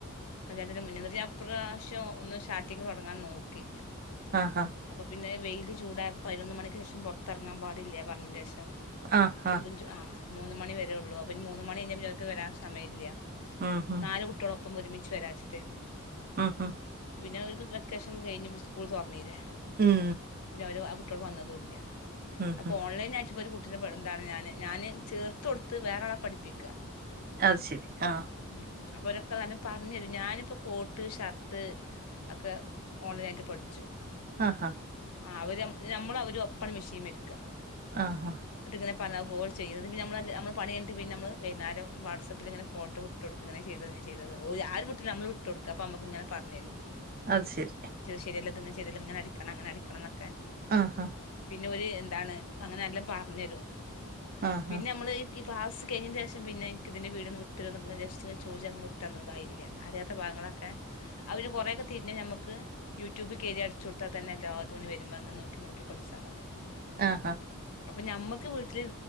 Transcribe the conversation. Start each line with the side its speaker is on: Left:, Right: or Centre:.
Left: കല്യാണത്തിന് മുനെ. ഞാനിപ്രാവശ്യം ഒന്ന് സ്റ്റാട്ടിങ്ങ് തോടങ്ങാൻ നോക്കി.
Right: ആഹ് ഹ.
Left: അപ്പൊ പിന്നെ വെയില് ചൂടായപ്പോ പയിനൊന്ന് മണക്ക്ശേഷം പൊറ്ത്തർങ്ങാൻ പാടില്ല പർഞ്ഞിന്റെഷം.
Right: ആഹാ
Left: കുടും ആഹ് മൂന്ന് മണി വരെള്ളൂ അപ്പൊ ഇനി മൂന്ന് മണി കയിഞാ ഓല് ക്ക് വരാൻ സമയല്ല.
Right: ഉം ഉം
Left: നാല് കുട്ടള് ഒപ്പം ഒരുമിച്ച് വരാച്ചിട്ടേയ്‌ന്നു.
Right: ഉം ഉം
Left: പിന്നെ ഓല്ക്ക്‌ വെക്കേഷൻ കഴിഞ്ഞ് സ്കൂൾ തൊറന്നീലേ
Right: ഉം.
Left: പിന്നെ അവര് ആഹ് കുട്ടോൾ വന്നതും ഇല്ല
Right: ഉം
Left: അപ്പൊ
Right: ഉം
Left: ഓൺലൈൻ ആയിട്ട് ഇപ്പൊ ഒരു കു ട്ട എന്താണ് ഞാന് ഞാന് ചേർത്ത് കൊട്ത്ത് വേറെആളെ പഠിപ്പിക്ക.
Right: അത് ശെരി ആഹ്.
Left: ഉം അപ്പൊ ഒരൊക്കെ ന്നല്ലം പറഞരും ഞാനിപ്പോ പോ ന്റ് ഷർട്ട് ഒക്കെ ഓൺലൈനായിട്ട് പഠിച്ചു.
Right: ആ ഹ.
Left: ആ അവര് നമ്മള് അവരും ഒപ്പണ്‌ മെഷീൻ മര്ക്ക.
Right: ആഹാ.
Left: ഇന്നീട്ടങ്ങനെഞ്ഞ പറഞ്ജു ചെയ്യുന്നത് പിന്ന നമ്മ നമ്മ പണി കഴിഞ്ഞിട്ട് ന്മല് വൈകുന്നേരം വാട്സപ്പില് ഇങ്ങനെ ഫോട്ടം വിട്ട് കൊടു അങ്ങനെ ചെയ്തത് ഇങ്ങനെ ചെയ്തത് ആരും വിട്ട് കൊടുത്തില്ലങ്കിലും ഞമ്മൾ വിട്ട് കൊട്ക്കഅപ്പൊ ഞമ്മക് ഇങ്ങനെ പറഞ്ഞേരും.
Right: അത് ശെരി.
Left: ശരിയല്ല ഇത്ങ്ങ ചെയ്തല്ല ഇങ്ങനെടിക്കണംങ്ങനെ അടിക്കണം എന്നൊക്കെ.
Right: ആഹാ.
Left: പിന്നെ ഓര് എന്താണ് അങ്ങനെ നല്ലാം പറഞെരും
Right: ആഹാ
Left: പിന്നെ നമ്മള് ഈ ക്ലാസ് കഴിഞ്ഞ ന്റെശം പിന്നെ എനിക് ഇതിന്റെ വിഡിയോ വീട്ട്തരോ എന്ന ജസ്റ്റ്ങ്ങനെ ചോദിച്ചാൽ വിട്ട് തന്നുടായില്ല അറിയാത്ത ഭാങ്ങളക്കെ അവന് കൊറെക്കെ തിരിഞ്ഞ നമുക്ക് യൂട്യൂബ് കേറി അടിച്ചു കൊടുത്തൽ തന്നെല്ല എല്ലാതും അങ്ങനെ നോകി നോകി നോകിപഠിച്ചാ മതി.
Right: ആഹാ.
Left: അപ്പൊ ഞമ്മക്ക് വീട്ടിൽ